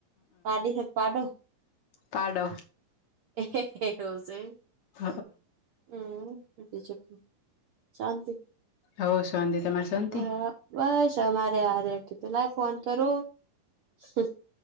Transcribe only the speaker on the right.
પાડી શક પાડો
એ હે હૈ હ છે
હમ હુકે ચકુ શાંતિ
હા બસ અમારે આ રટ ત લ ફોન કરુ હ અ